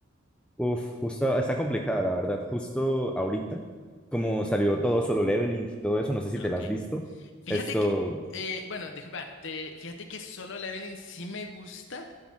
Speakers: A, in the centre; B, on the left.
A: uf, justo, está complicada, la verdad. Justo ahorita, como salió todo solo leveling y todo eso, no sé si
B: Ah,
A: te
B: Ok.
A: la has visto.
B: Fíjate
A: Esto,
B: que, eh, bueno, disculpa, te, fíjate que Solo Leveling sí me gusta.